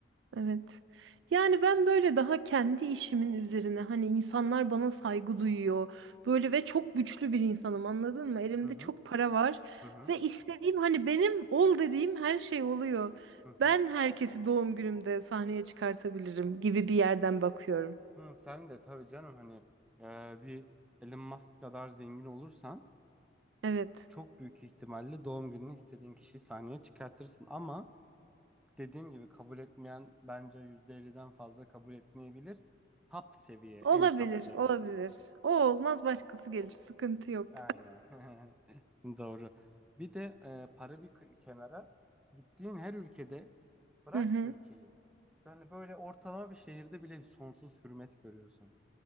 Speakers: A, on the right (about 75°); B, in the centre.
A: Evet. Yani ben böyle daha kendi işimin üzerine hani insanlar bana saygı duyuyor. Böyle ve çok güçlü bir insanım anladın mı? Elimde
B: Hı hı
A: çok para var
B: hı hı
A: ve istediğim hani benim ol dediğim her şey oluyor.
B: hı hı.
A: Ben herkesi doğum günümde sahneye çıkartabilirim gibi bir yerden bakıyorum.
B: Hı, sen de tabii canım hani e, bir Elon Musk kadar zengin olursan
A: Evet.
B: çok büyük ihtimalle doğum gününü istediğin kişiyi sahneye çıkartırsın ama dediğim gibi kabul etmeyen bence %50'den fazla kabul etmeyebilir. Top seviye,
A: Olabilir,
B: en top seviye.
A: olabilir. O olmaz başkası gelir. Sıkıntı yok.
B: Aynen. <laughs> Doğru. Bir de e, para bir kı- kenara gittiğin her ülkede bırak
A: <laughs> Hı hı.
B: ülkeyi. Yani böyle ortalama bir şehirde bile sonsuz hürmet görüyorsun.